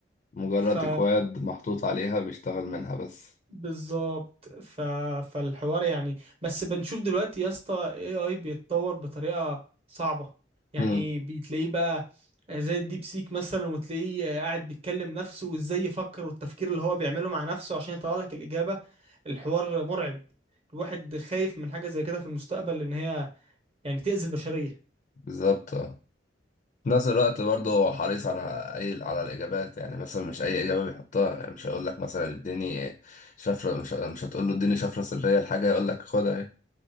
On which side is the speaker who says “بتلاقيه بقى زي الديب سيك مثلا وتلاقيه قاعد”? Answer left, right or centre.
Right